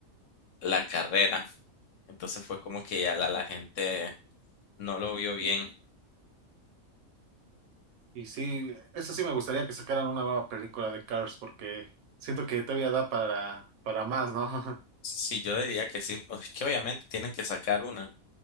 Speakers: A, on the left; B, on the right.
A: la carrera. Entonces fue como que ya la, la gente no lo vio bien.
B: Y sí, eso sí me gustaría que sacaran una nueva película de Cars, porque siento que todavía da para, para más, ¿no? <laughs>
A: Sí, yo diría que sí. O Es que obviamente tienen que sacar una.